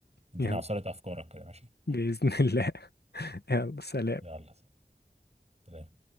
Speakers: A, on the right; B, on the left.
A: ادينا
B: يلا
A: عصاره افكارك كده ماشي
B: بإذن الله <laughs> يلا سلام
A: يلا سلام